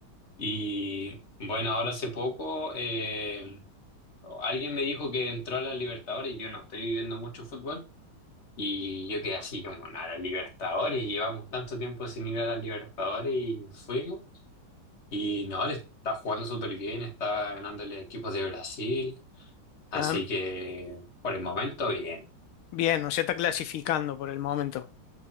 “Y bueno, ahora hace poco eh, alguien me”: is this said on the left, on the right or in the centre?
Left